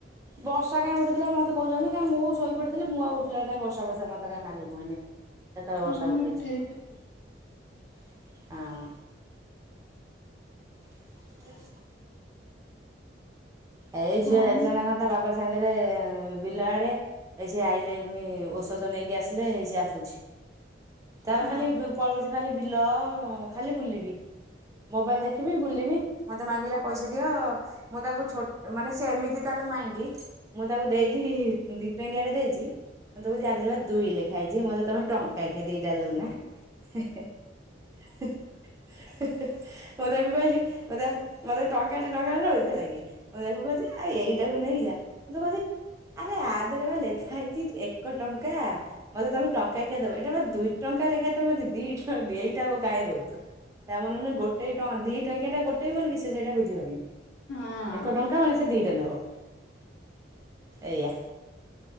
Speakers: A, on the right; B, on the left.
A: ବର୍ଷା କାଁ ଉଠେଇଥିଲା ମତେ କହୁଛନ୍ତି କାଇଁ ମୁଁ ଶୋଇ ପଡିଥିଲି ମୁ ଆଉ ଉଠଲା କାହି ବର୍ଷା ପର୍ଷା ମତେ କାଇଁ ମାଲୁମହେଇନି। କେତେବେଳେ
B: ହଁ
A: ବର୍ଷା ଉଠେଇଛି?
B: ଉଠେଇଥିଲା
A: <inaudible> ହଁ। <unintelligible> ଏଇ ଝିଅ
B: ହଉ
A: ଯାଇଥିଲା ନା କଣ ତା ବାବା ସାଙ୍ଗେରେ ବିଲ ଆଡେ? ଏଇ ସେ ଆଇଲେ ଏ ଫୁଣି ଔଷଧ ନେଇକି ଆସିଲେ ଏଇ ସେ ଆସୁଛି। ତାର
B: ହଁ
A: ଖାଲି ପଳଉଚି ଖାଲି ବିଲ ଖାଲି ବୁଲିବି। ମୋବାଇଲି ଦେଖିବି ବୁଲିବି ମତେ ମାଗିଲା ପଇସା ଦିଅ ମୁଁ ତାକୁ ଛୋଟ ମାନେ ସେ ଏମିତି ତାର ମାଇଣ୍ଡି ମୁଁ ତାକୁ ଦେଇଚି ଦି ଟଙ୍କିଆ ଟେ ଦେଇଚି। ମତେ କହୁଚି ଆଦେହରେ ପା ଦୁଇ ଲେଖା ହେଇଚି ମତେ ତମେ ଟଙ୍କାକିଆ ଦିଟା ଦୋଉନା ହେ ହେ। ହେ ହେ ମୁଁ ତାକୁ କହିଲି। ମତେ ଟଙ୍କା ଟେ ଟଙ୍କା ଟେ ନୋଉଚି ହେଥିଲା କି ମୁଁ ତାକୁ କୋହୁଚି। ଆ ଏଇଟାକୁ ନେଇ ଯା ମୁଁ ତ କହୁଚ। ଆରେ ଆଦେହରେ ପା ଲେଖା ହେଇଚି ଏକ ଟଙ୍କା। ମତେ ତମେ ଟଙ୍କା କିଆ ଦବ ଏଟା ବା ଦୁଇ ଟଙ୍କା ଲେଖାଏ ତମେ ମତେ ଦି ଏଇଟାକୁ କାଇଁ ଦୋଉଚ। ତା ମନେ ନେ ମନେ ନେ ଗୋଟ ଟେ ଦି ଟଙ୍କିଆ ଟା ଗୋଟେ ବୋଲି କି ସେ ସେଇଟା ବୁଝିପାରୁନେହି।
B: ହଁ।
A: ଏକ ଟଙ୍କା ମାନେ ସେ ଦିଇଟା ନବ ଏଇଆ।